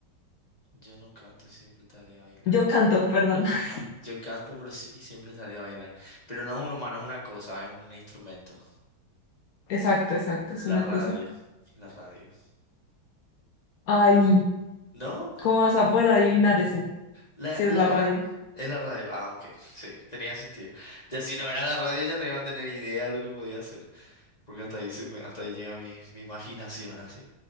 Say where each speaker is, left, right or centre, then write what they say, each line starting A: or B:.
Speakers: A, on the left (about 20°); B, on the left (about 65°).
A: Yo no canto y siempre te haré bailar.
B: Yo canto, perdón. <laughs>
A: Ah, yo canto pero sí- y siempre te haré bailar. Pero no es un humano, es una cosa, es un instrumento.
B: Exacto, exacto, es
A: La
B: una
A: radio,
B: cosa.
A: la radio.
B: Ay,
A: ¿No?
B: ¿cómo vas a poder adivinar ese?
A: La,
B: Si
A: la
B: es la
A: ra-
B: radio.
A: Es la radio. Ah, ok, sí, tenía sentido. Ya si no era la radio ya no iba a tener idea de lo que podía hacer. Porque hasta ahí, se me- hasta ahí llega mi, mi imaginación, así.